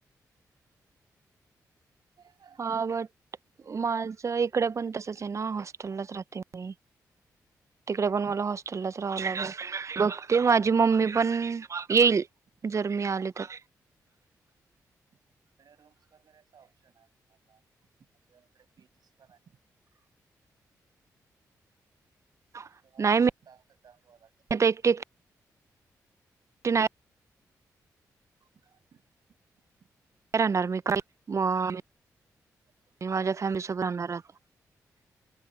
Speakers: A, on the right; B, on the right.
A: <unintelligible>
B: हा बट माझ इकडे पण तसच आहे ना हॉस्टेललाच राहते मी. तिकडे पण मला हॉस्टेललाच राहाव लाग बघते माझी मम्मी पण- येईल
A: इकडे
B: जर मी आले तर.
A: इकडे रूम्स वगैरेचा ऑप्शन आहे तुम्हाला इकडे पेजीस पण आहे.
B: <unintelligible>
A: तुम्हाला थोडी
B: मी
A: ताकद दाखववा लागेल.
B: <unintelligible> <unintelligible>
A: <inaudible>
B: का राहणार मी का म मी
A: तुमचा
B: माझ्या
A: आवाज
B: फॅमिली
A: ब्रेक
B: सोबत राहणार
A: होतोय.
B: य.